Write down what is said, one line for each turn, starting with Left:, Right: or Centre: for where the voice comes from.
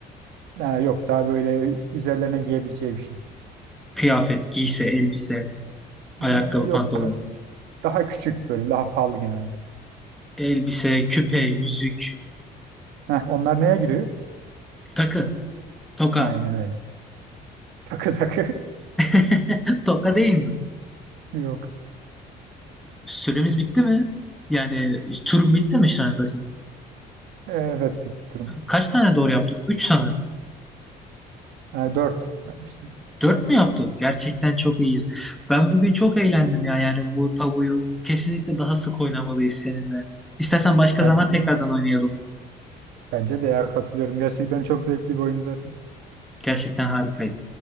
Right: Ee, yok daha böyle üzerlerine giyebileceği bir şey.
Centre: Kıyafet, giysi, elbise, ayakkabı,
Right: Ee, yok
Centre: pantolon.
Right: daha, daha küçük böyle daha pahalı genelde.
Centre: Elbise, küpe, yüzük,
Right: Heh, onlar neye giriyor?
Centre: takı, toka.
Right: Aynen öyle. Takı takı.
Centre: <laughs> Toka değil mi?
Right: <laughs> Yok.
Centre: Süremiz bitti mi? Yani turun bitti mi şu anda senin?
Right: Evet bir durum.
Centre: Kaç tane doğru yaptık? 3 sanırım.
Right: Ee, 4 yapmışsın.
Centre: 4 mü yaptık? Gerçekten çok iyiyiz. Ben bugün çok eğlendim ya. Yani bu tabuyu kesinlikle daha sık oynamalıyız seninle. İstersen başka
Right: Bence
Centre: zaman tekrardan oynayalım.
Right: Bence de ya katılıyorum. Gerçekten çok zevkli bir oyun zaten.
Centre: Gerçekten harikaydı.